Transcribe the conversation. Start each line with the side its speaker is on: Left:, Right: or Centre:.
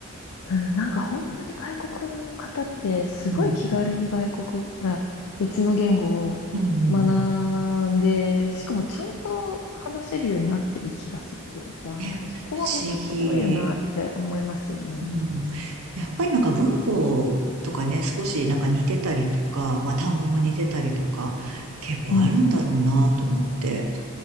Left: うん、なんか本当に外国の方ってすごい気軽に外国、
Right: <laughs> うん。
Left: あ、別の言語を
Right: うんうん
Left: 学んで、しかもちゃんと話せるようになってる気がするというか、
Right: ね、
Left: なんかそこは本当すごいよなって思いますよね。
Right: 不思議。うん。やっぱりなんか文法とかね、少しなんか似てたりとか、まあ単語も似てたりとか、結構あるんだろうなと思って。
Left: うん。